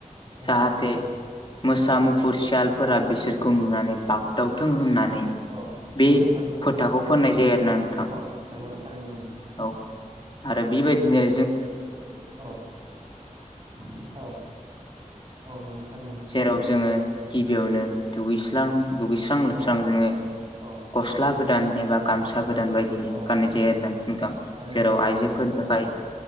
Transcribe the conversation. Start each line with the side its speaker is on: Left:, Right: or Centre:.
Left: जाहाथे।
Right: नोंनो थारैनो
Left: जे
Right: नोंथां
Left: मोसा मुफुर सियालफोरा बिसोरखौ नुनानै बागदावथों होननानै।
Right: औ
Left: बे
Right: नोंगौ थारैनो नंगौ नोंथां
Left: फोथाखौ फोननाय जायो आरोना नोंथां।
Right: औ नोंगौ थारैनो नंगौ नोंथां
Left: औ आरो। बेबायदिनो।
Right: औ औ औ नोंगौ थारैनो नोंथां
Left: जेराव जोङो गिबियावनो दुगैस्रां। दुगैस्रां लोबस्रां
Right: औ
Left: जोङो
Right: औ
Left: गस्ला गोदान एबा गामसा। गामसा गोदान बायदि
Right: औ
Left: गाननाय जायो आरोोना नोंथां
Right: लानाय जायो
Left: जेराव
Right: नोंखौ
Left: आइजोफोरनि
Right: नोंथां थारैनो
Left: थाखाय।
Right: नंगौ